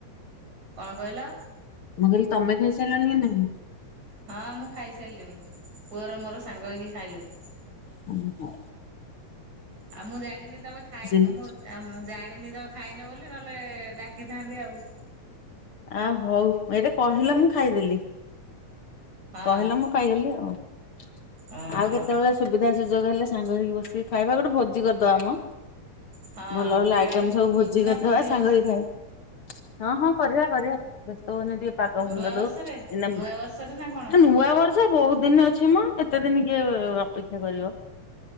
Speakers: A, on the right (about 70°); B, on the left (about 55°).
A: କଣ କହିଲ।
B: ମୁଁ କହିଲି ତମେ ଖାଇସାରିଲାଣି କି ନାହିଁ।
A: ହଁ ମୁଁ ଖାଇସାରିଲିଣି ପୁଅର ମୋର ସାଙ୍ଗ ହେଇକି ଖାଇଲୁ
B: ହଁ ହଉ।
A: ଆଉ ମୁଁ ଜାଣିନି ତମେ ଖାଇ
B: ନା।
A: ମୁଁ ଜାଣିନି ତମେ ଖାଇନ ବୋଲି ନହେଲେ ଡାକିଥାନ୍ତି ଆଉ
B: ଆ ହଉ ଆଇଡେ କହିଲା ମୁଁ ଖାଇଦେଲି
A: ହଁ
B: କହିଲା ମୁଁ ପାଇଦେଲି ଆଉ ଆଉ
A: ଓହୋ
B: କେତେବେଳେ ସୁବିଧା ସୁଯୋଗ ହେଲେ ସାଙ୍ଗ ହେଇକି ବସିକି ଖାଇବା ଗୋଟେ ଭୋଜି କରିଦବା ମ।
A: ହଁ
B: ଭଲ ଭଲ ଆଇଟମ
A: କାହିଁ କୋଉଠି
B: ସବୁ ଭୋଜି କରିଦବା
A: ନା ଫୋଜି
B: ସାଙ୍ଗ
A: ହଉଛି
B: ହୋଇକି ଖାଇବା। ହଁ ହଁ କରିବା କରିବା ବ୍ୟସ୍ତ ହୁଅନି ପାଗ ଭଲ
A: ନୂଆ
B: ଦଉ
A: ବର୍ଷରେ
B: ଆଇନା
A: ନୂଆ ବର୍ଷରେ ନା କଣ
B: ନୂଆ ବର୍ଷ ସେ ବହୁତ ଦିନ ଅଛି ମ ଏତେ ଦିନ କିଏ ଅପେକ୍ଷା କରିବ